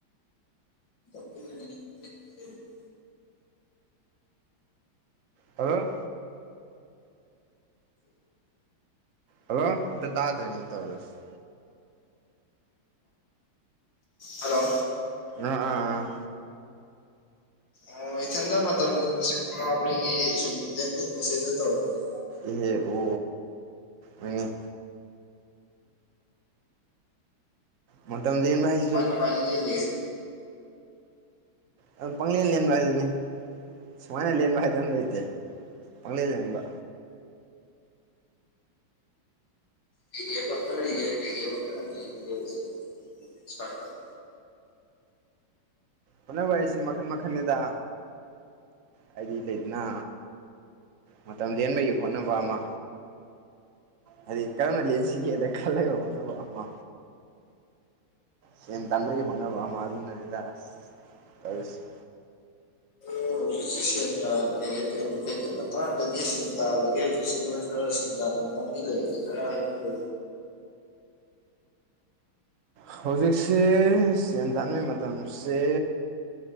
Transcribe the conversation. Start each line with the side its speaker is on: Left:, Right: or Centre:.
Left: ꯑꯗꯨꯅꯅꯦ ꯃꯤꯠ <unintelligible>
Right: ꯍꯜꯂꯣ ꯍꯜꯂꯣ ꯑꯝꯇ ꯇꯥꯗ꯭ꯔꯦꯅꯦ ꯇꯧ <unintelligible>
Left: ꯍꯜꯂꯣ
Right: ꯑ ꯑ ꯑꯥ
Left: ꯑꯣ ꯏꯊꯟꯗ ꯃꯇꯝ ꯂꯦꯟꯕꯖꯦ ꯋꯥꯕꯒꯤ ꯁꯨꯝ ꯗꯦꯟ ꯃꯤꯟ ꯑꯁꯤꯅ ꯇꯧꯔꯛꯄꯅꯦ
Right: ꯏꯍꯦ ꯑꯣ <unintelligible> ꯃꯇꯝ ꯂꯦꯟꯕ ꯍꯩ
Left: ꯀꯃꯥꯏ ꯀꯃꯥꯏ ꯂꯦꯜꯂꯤꯒꯦ
Right: ꯑꯗꯨꯝ ꯄꯪꯂꯦꯟ ꯂꯦꯟꯕ ꯍꯥꯏꯗꯨꯅꯤ ꯁꯨꯃꯥꯏꯅ ꯂꯦꯟꯕ ꯍꯥꯏꯗꯅ ꯂꯩꯇꯦ ꯄꯪꯂꯦꯟ ꯂꯦꯟꯕ
Left: ꯀꯩ ꯀꯩ ꯍꯣꯠꯅꯔꯤꯒꯦ ꯀꯩ ꯀꯩ ꯍꯣꯠꯅꯔ ꯂꯦꯜꯂꯤꯒꯦ ꯍꯨꯖꯤꯛ <unintelligible>
Right: ꯍꯣꯠꯅꯕ ꯍꯥꯏꯁꯤ ꯃꯈꯟ ꯃꯈꯟꯅꯤꯗ ꯍꯥꯏꯗꯤ ꯂꯩꯗꯅ ꯃꯇꯝ ꯂꯦꯟꯕꯒꯤ ꯍꯣꯠꯅꯕ ꯑꯃ ꯍꯥꯏꯗꯤ ꯀꯔꯝꯅ ꯂꯦꯟꯁꯤꯒꯦꯅ ꯈꯜꯂꯒ ꯍꯣꯠꯅꯕ ꯑꯃ ꯁꯦꯟ ꯇꯥꯟꯕꯒꯤ ꯍꯣꯠꯅꯕ ꯑꯃ ꯑꯗꯨꯅꯅꯤꯗ ꯇꯧꯔꯤꯁꯦ
Left: <unintelligible> ꯍꯧꯖꯤꯛ ꯁꯦꯡꯅ ꯀꯩ ꯀꯩ ꯃꯇꯥꯡꯗꯒꯤ ꯁꯦꯜ ꯇꯥꯜꯂꯤꯒꯦ <unintelligible> ꯈꯔ ꯁꯤꯟ ꯇꯥꯟꯕ ꯂꯥꯝꯕꯤ ꯂꯩꯔꯗꯤ ꯈꯔ ꯍꯥꯏꯕꯤꯌꯣ
Right: ꯍꯧꯖꯤꯛꯁꯦ ꯁꯦꯟ ꯇꯥꯟꯕꯩ ꯃꯇꯝꯁꯦ